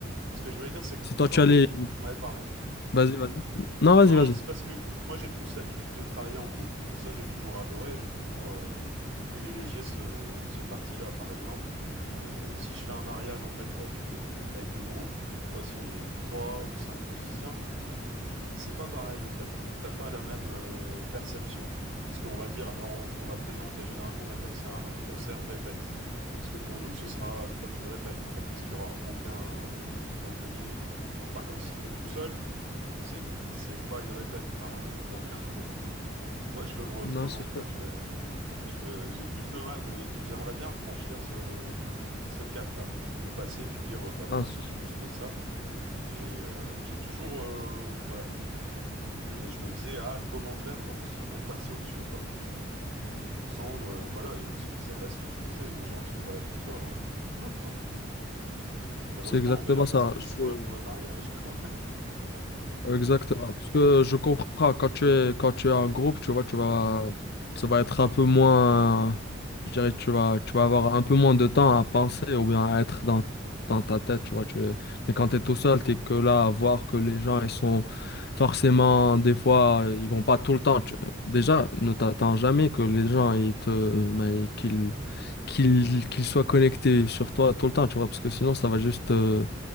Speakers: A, on the right; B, on the left.
A: ce que je voulais dire, c'est que
B: si toi,
A: quand
B: tu as
A: t'es
B: les
A: tout... Ouais, pardon.
B: Vas-y, vas-y. Non,
A: Non,
B: vas-y, vas-y.
A: c'est parce que moi, j'ai plus l'habitude de travailler en groupe. Ça, j'ai toujours adoré, j'ai toujours euh, privilégié ce, ce parti-là. Par exemple, euh, si je fais un mariage, en fait, avec, euh, avec le groupe, tu vois, si on est trois ou cinq musiciens, c'est pas pareil en fait. T'as pas la même euh, perception. Parce qu'on va dire, alors on, on va plaisanter, généralement on va dire que c'est un concert répète. Parce que pour nous, ce sera comme une répète en fait, parce qu'il y aura aucun public entre guillemets. Par contre, si t'es tout seul, c'est une- c'est pas une répète. Enfin, comment dire? <laughs> Moi, je le vois autrement
B: Non, c'est sûr.
A: quoi. Je le- je le- j'ai plus de mal, mais j'aimerais bien franchir ce, ce cap-là, le passer, puis dire, euh, bah voilà,
B: Non, c'est
A: c'est
B: sûr.
A: juste ça. Et euh, j'ai toujours, euh, voilà. Et je me disais, ah, comment faire pour, que- pour passer au-dessus, quoi. Sans, euh, voilà, et c- c'est vrai ce que tu disais, les gens sont pas là pour toi. hein. <laughs> Heureusement,
B: C'est exactement
A: d'ailleurs, parce
B: ça.
A: qu'ils
B: Je,
A: sont là pour le mariage, <laughs> quand même.
B: Exactement. Parce que je comprends, quand tu es, quand tu es en groupe, tu vois, tu vas, ça va être un peu moins, je dirais, tu vas, tu vas avoir un peu moins de temps à penser ou bien à être dans, dans ta tête, tu vois. Tu es- Mais quand tu es tout seul, tu es que là à voir que les gens, ils sont forcément, des fois, ils vont pas tout le temps. Tu- Déjà, ne t'attends jamais que les gens, ils te, ben, qu'ils, qu'ils, qu'ils soient connectés sur toi tout le temps, tu vois, parce que sinon, ça va juste. euh,